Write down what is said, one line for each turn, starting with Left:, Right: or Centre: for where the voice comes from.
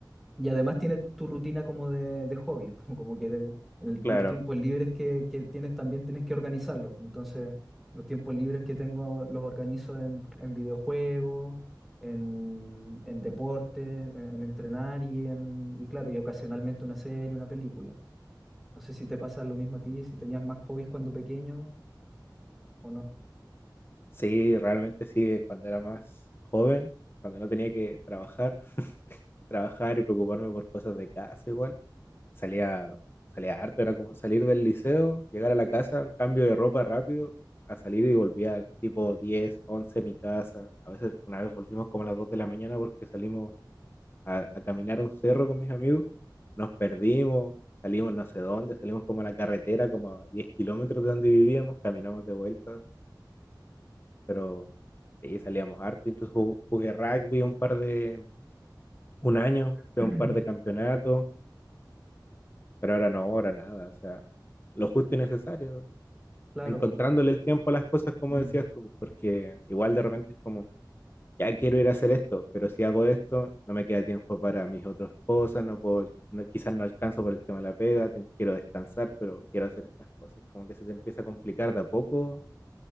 Centre: y además tienes tu rutina como de, de hobbies, <laughs> como que de- en el-
Left: claro.
Centre: los tiempos libres que, que tienes también tienes que organizarlos. Entonces, los tiempos libres que tengo los organizo en, en videojuegos, en, en deporte, en, en entrenar y, en, y claro, y ocasionalmente una serie, una película. No sé si te pasa lo mismo a ti, si tenías más hobbies cuando pequeño o no.
Left: Sí, realmente sí, eh, cuando era más joven, cuando no tenía que trabajar, trabajar y preocuparme por cosas de casa igual, salía, salía harto, era como salir del liceo, llegar a la casa, un cambio de ropa rápido, a salir y volvía tipo 10, 11 a mi casa. A veces una vez volvimos como a las 2 de la mañana porque salimos a, a caminar a un cerro con mis amigos, nos perdimos, salimos no sé dónde, salimos como a la carretera, como a 10 kilómetros de donde vivíamos, caminamos de vuelta pero sí, salíamos harto, incluso ju- jugué rugby un par de, un año,
Centre: <clears throat>
Left: fue un par de campeonatos, pero ahora no, ahora nada, o sea, lo justo y necesario,
Centre: Claro,
Left: encontrándole
Centre: pues.
Left: el tiempo a las cosas como
Centre: Mm.
Left: decías tú, porque igual de repente es como, ya quiero ir a hacer esto, pero si hago esto, no me queda tiempo para mis otras cosas, no puedo, no- quizás no alcanzo por el tema de la pega, te- quiero descansar, pero quiero hacer estas cosas, es como que se te empieza a complicar de a poco,